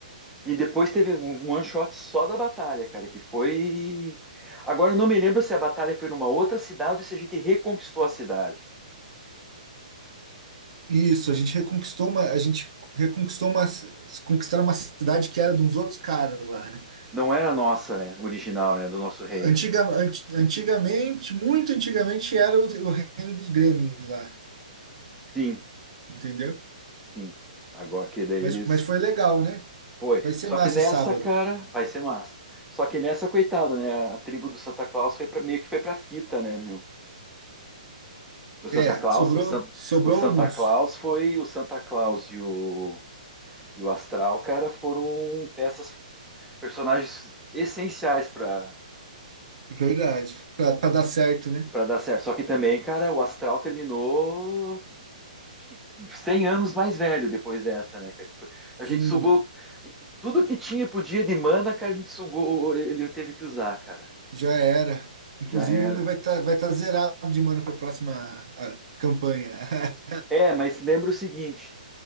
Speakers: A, in the centre; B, on the right.
A: e depois teve um um one shot só da batalha, cara, que foi. Agora eu não me lembro se a batalha foi numa outra cidade ou se a gente reconquistou a cidade.
B: Isso, a gente reconquistou uma, a gente reconquistou uma, ci- conquistaram uma cidade que era de uns outros caras lá, né?
A: Não era nossa, né? Original, né? Do nosso reino,
B: Antiga,
A: né?
B: anti- antigamente, muito antigamente, era o, o reino dos Gremlins lá,
A: Sim,
B: entendeu?
A: sim. Agora que daí
B: Mas,
A: eles.
B: mas foi legal, né?
A: Foi.
B: Vai ser
A: Só
B: massa
A: que nessa,
B: sábado.
A: cara, vai ser massa. Só que nessa, coitada, né? A tribo do Santa Claus foi pra... meio que foi pra fita, né, meu? O Santa
B: É,
A: Claus,
B: sobrou,
A: o, San,
B: sobrou
A: o Santa
B: alguns.
A: Claus foi o Santa Claus e o, e o Astral, cara, foram peças, personagens essenciais para
B: Verdade. Pra, pra dar certo, né?
A: para dar certo. Só que também, cara, o Astral terminou acho que 100 anos mais velho depois dessa, né? cara? Tipo, A
B: Sim.
A: gente sugou tudo que tinha podia de mana, cara, a gente sugou, ele teve que usar, cara.
B: Já era. Inclusive,
A: Já era.
B: ele vai estar vai tá zerado de mana para a próxima a, campanha. <laughs>
A: É, mas lembra o seguinte,